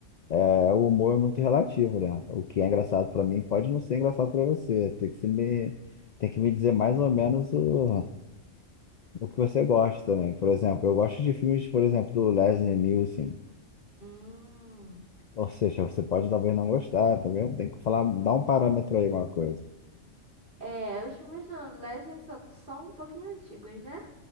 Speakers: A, on the left (about 85°); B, on the right (about 50°).
A: é, o humor é muito relativo, né? O que é engraçado pra mim pode não ser engraçado pra você. Você Tem que se me, tem que me dizer mais ou menos o, o que você gosta, né? Por exemplo, eu gosto de filmes, por exemplo, do Leslie Nielsen.
B: Hum.
A: Ou seja, você pode talvez não gostar, também tem que falar, dar um parâmetro aí, alguma coisa.
B: É, os filmes do Leslie só são um pouquinho antigos, né?